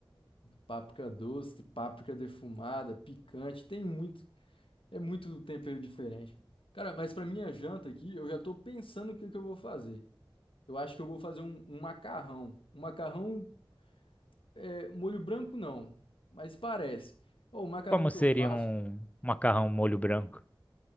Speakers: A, on the left; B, on the left.
A: páprica doce, páprica defumada, picante, tem muito. É muito tempero diferente. Cara, mas pra minha janta aqui, eu já tô pensando o que que eu vou fazer. Eu acho que eu vou fazer um, um macarrão. Um macarrão é molho branco não, mas parece. Ó, o macarrão
B: Como
A: que
B: seria
A: eu faço,
B: um macarrão molho branco?